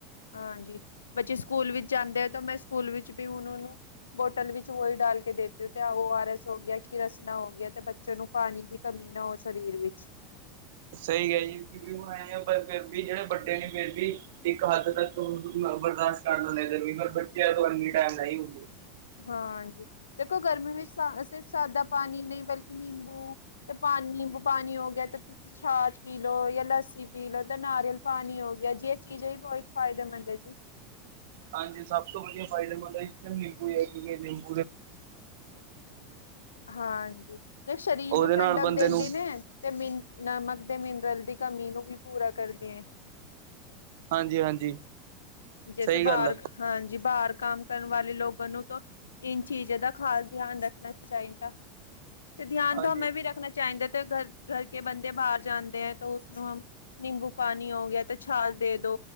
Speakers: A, on the left; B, on the right.
A: ਹਾਂਜੀ ਬੱਚੇ ਸਕੂਲ ਵਿੱਚ ਜਾਂਦੇ ਆ ਤਾਂ ਮੈਂ ਸਕੂਲ ਵਿੱਚ ਵੀ ਓਹਨਾ ਨੂੰ ਬੋਟਲ ਵਿੱਚ ਉਹੀ ਡਾਲ ਕੇ ਦੇਤੀ ਹੋ ਤੇ ਓ ਆਰ ਐਸ ਹੋ ਗਿਆ, ਕਿ ਰਸਨਾ ਹੋ ਗਿਆ, ਤੇ ਬ ਬੱਚੇ ਨੂੰ ਪਾਣੀ ਦੀ ਕਮੀ ਨਾ ਹੋ ਸਰੀਰ ਵਿੱਚ।
B: ਸਹੀ ਹੈ ਜੀ ਕਿਉਂਕਿ ਹੁਣ ਐ ਫਿਰ ਵੀ ਜਿਹੜੇ ਵੱਡੇ ਨੇ ਫਿਰ ਵੀ ਇੱਕ ਹੱਦ ਤੱਕ ਬਰਦਾਸ਼ਤ ਕਰ ਲਏਗਾ ਕਈ ਵਾਰ ਬੱਚਿਆਂ ਤੋਂ ਇੰਨੀ ਟਾਈਮ ਨਹੀਂ ਹੁੰਦੀ।
A: ਹਾਂਜੀ ਦੇਖੋ ਗਰਮੀ ਵਿੱਚ ਸਾ ਸਿਰਫ ਸਾਦਾ ਪਾਣੀ ਨਹੀਂ ਬਲਕਿ ਨਿੰਬੂ ਤੇ ਪਾ ਨਿੰਬੂ ਪਾਣੀ ਹੋ ਗਿਆ ਤੇ ਤੁਸੀਂ ਂਛਾਛ ਪੀ ਲਓ ਜਾਂ ਲੱਸੀ ਪੀ ਲਓ ਏਦਾਂ ਨਾਰੀਅਲ ਪਾਣੀ ਹੋ ਗਿਆ ਜੇ ਇਹ ਚੀਜ਼ ਹੈ ਬਹੁਤ ਫਾਇਦੇਮੰਦ ਹੈ ਜੀ।
B: ਹਾਂਜੀ ਸਭ ਤੋਂ ਵਧੀਆ ਫਾਇਦੇ ਮੰਦ ਜੀ ਨਿੰਬੂ ਕਿ
A: ਹਾਂਜੀ ਤੇ ਸਰੀਰ
B: ਉਹਦੇ
A: ਨੂੰ
B: ਨਾਲ
A: ਠੰਡਕ
B: ਬੰਦੇ
A: ਦਿੰਦੇ
B: ਨੂੰ
A: ਨੇ। ਤੇ ਮਿਨ ਨਮਕ ਦੇ ਮਿਨਰਲ ਦੀ ਕਮੀ ਨੂੰ ਵੀ ਪੂਰਾ ਕਰਦੀ ਹੈ।
B: ਹਾਂਜੀ-ਹਾਂਜੀ
A: ਜੈਸੇ
B: ਸਹੀ
A: ਬਾਹਰ
B: ਗੱਲ ਆ
A: ਹਾਂਜੀ ਬਾਹਰ ਕੰਮ ਕਰਨ ਵਾਲੇ ਲੋਕਾਂ ਨੂੰ ਤਾਂ ਇਨ ਚੀਜ਼ਾਂ ਦਾ ਖ਼ਾਸ ਧਿਆਨ ਰੱਖਣਾ ਚਾਹੀਦਾ ਤੇ ਧਿਆਨ
B: ਹਾਂਜੀ,
A: ਤਾਂ ਮੈਂ ਵੀ ਰੱਖਣਾ ਚਾਹੀਦਾ ਤੇ ਘਰ ਘਰ ਕੇ ਬੰਦੇ ਬਾਹਰ ਜਾਂਦੇ ਹੈ ਤਾਂ ਉਸਨੂੰ ਹਮ। ਨਿੰਬੂ ਪਾਣੀ ਹੋ ਗਿਆ ਤੇ ਛਾਛ ਦੇ ਦੋ